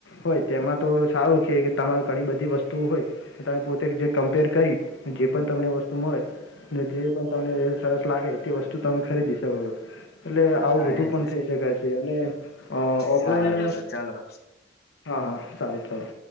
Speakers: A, on the left; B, on the left.
A: હોય તેમાં તો સારું છે કે તમારે ઘણી બધી વસ્તુઓ હોય તમે પોતે જે કમ્પેર કરી જે પણ તમને વસ્તુ મળે એને જે પણ તમને સરસ લાગે તે વસ્તુ તમે ખરીદી શકો છો. એટલે આવું
B: હા
A: બધુ
B: એજ
A: પણ થઈ શક છે અને અ
B: સારું
A: ઓફલાઈન
B: તો ચાલો
A: હા હા સારું સારું.